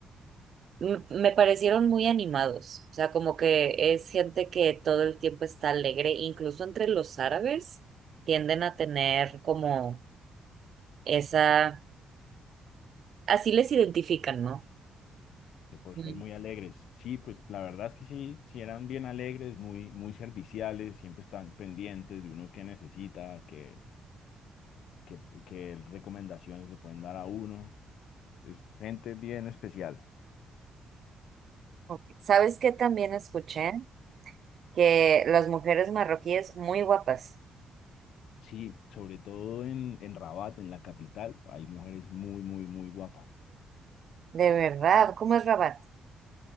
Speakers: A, on the right; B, on the left.
A: M- me parecieron muy animados, o sea, como que es gente que todo el tiempo está alegre, incluso entre los árabes tienden a tener como esa, así les identifican, ¿no?
B: Que por
A: Mm.
B: ser muy alegres. Sí, pues la verdad es que sí, sí eran bien alegres, muy, muy serviciales, siempre están pendientes de uno que necesita, que, que, que recomendaciones le pueden dar a uno. Es gente bien especial.
A: Ok. ¿Sabes qué también escuché? Que las mujeres marroquíes muy guapas.
B: Sí, sobre todo en, en Rabat, en la capital, hay mujeres muy, muy, muy guapas.
A: De verdad, ¿cómo es Rabat?